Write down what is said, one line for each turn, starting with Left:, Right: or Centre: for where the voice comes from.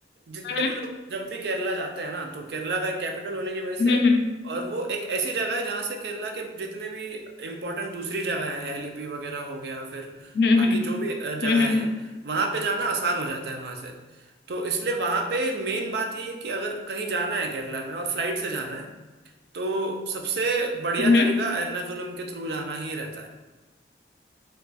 Right: जितने
Left: हम्म
Right: भी लोग जब भी केरला जाते हैं ना तो केरला का एक कैपिटल होने की वजह से
Left: हम्म
Right: और वो एक ऐसी जगह है जहां से केरला के जितने भी इम्पोर्टेंट दूसरी जगह है एलिपी वगैरह हो गया फिर
Left: हम्म
Right: बाकी
Left: हम्म हम्म
Right: जो भी अ, जगहें
Left: हम्म हम्म हम्म,
Right: हैं
Left: हम्म,
Right: वहां पे जाना आसान हो जाता है वहां से तो इसलिए वहां पे मेन बात यही है कि अगर कहीं जाना है केरला में और फ्लाइट से जाना है तो सबसे बढ़िया
Left: हम्म, हम्म,
Right: तरीका एर्नाकुलम के थ्रू जाना ही रहता है